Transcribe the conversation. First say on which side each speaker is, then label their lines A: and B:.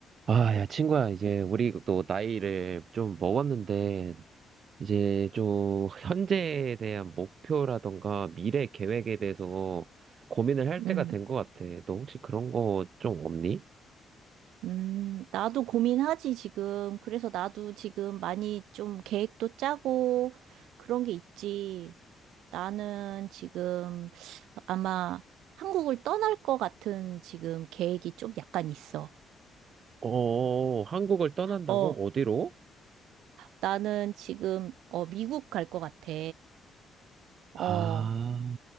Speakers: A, on the right (about 55°); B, on the right (about 85°).
A: 아, 야, 친구야, 이제 우리 또 나이를 좀 먹었는데, 이제 좀 현재에 대한 목표라던가 미래 계획에 대해서 고민을 할 때가
B: 음,
A: 된 것 같아. 너 혹시 그런 거 좀 없니?
B: 음, 나도 고민하지, 지금. 그래서 나도 지금 많이 좀 계획도 짜고 그런 게 있지. 나는 지금 아마 한국을 떠날 것 같은 지금 계획이 좀 약간 있어.
A: 어, 한국을 떠난다고?
B: 어,
A: 어디로?
B: 나는 지금, 어, 미국 갈 것 같아. 어,
A: 아,